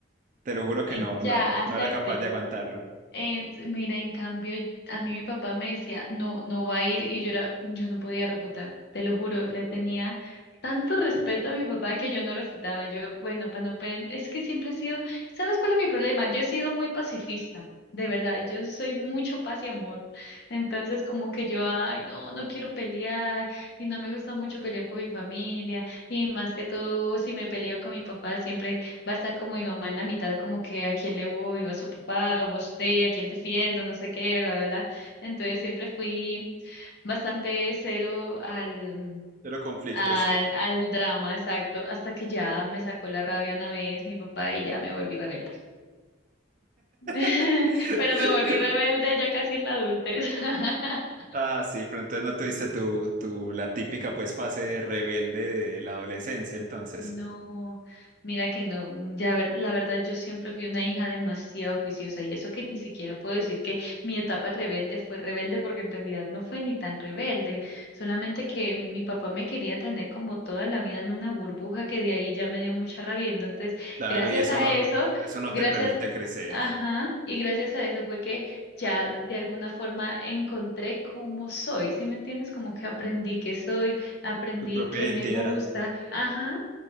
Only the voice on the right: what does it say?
te lo juro que
no,
no,
no era capaz de aguantarlo,
pero conflictos.
<laughs>
Ah, sí, pero entonces no tuviste tu, tu, la típica pues fase rebelde de la adolescencia, entonces.
Claro,
y eso
no,
eso no
te permite crecer,
tu propia
identidad.